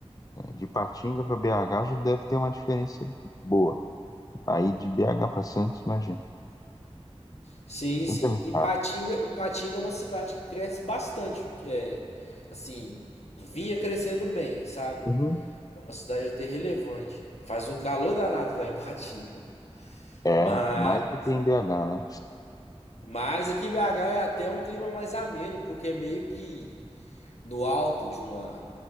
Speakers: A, on the left; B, on the left.
A: é, de Patinga para BH já deve ter uma diferença boa. Aí de BH para Santos, imagina.
B: Sim,
A: Santos
B: sim.
A: é muito
B: Ipatinga,
A: caro.
B: Ipatinga é uma cidade que cresce bastante. É, assim, vinha crescendo bem, sabe?
A: Uhum.
B: É uma cidade até relevante. Faz um calor danado lá em Ipatinga.
A: É,
B: Mas,
A: mais do que em BH, né?
B: mas aqui em BH é até um clima mais ameno, porque é meio que no alto de uma.